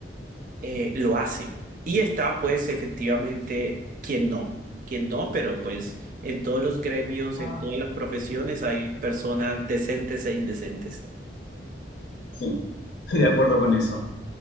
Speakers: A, on the right; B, on the left.
A: eh, lo hacen. Y está, pues, efectivamente, quien no. Quien no, pero pues en todos los gremios,
B: Ah.
A: en todas las profesiones hay personas decentes e indecentes.
B: sí, <laughs> estoy de acuerdo con eso.